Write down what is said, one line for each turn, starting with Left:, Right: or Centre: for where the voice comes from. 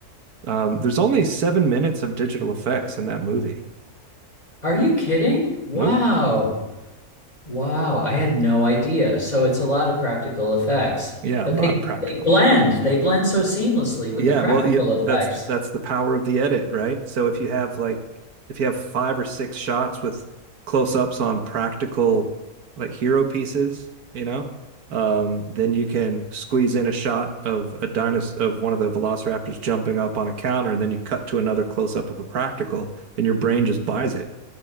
Right: Um, there's only seven minutes of digital effects in that movie.
Left: Are you kidding? Wow.
Right: Nope.
Left: Wow, I had no idea. So it's a lot of practical effects,
Right: Yeah,
Left: but
Right: a lot
Left: they
Right: of practical
Left: they blend.
Right: effects.
Left: They blend so seamlessly with
Right: Yeah,
Left: the practical
Right: well, you,
Left: effects.
Right: that's that's the power of the edit, right? So if you have like if you have five or six shots with close-ups on practical like hero pieces, you know, um, then you can squeeze in a shot of a dinosaur of one of the velociraptors jumping up on a counter, and then you cut to another close-up of a practical, and your brain just buys it.